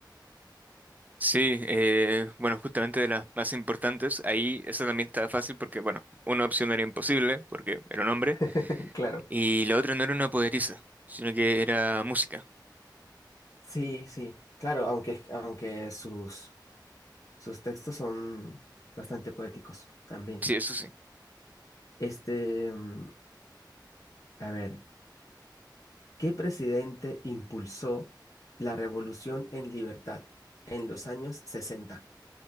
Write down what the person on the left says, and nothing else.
<laughs> Claro.
Sí, sí, claro, aunque, aunque sus, sus textos son bastante poéticos también.
Este, mm, a ver, ¿qué presidente impulsó la revolución en libertad en los años 60?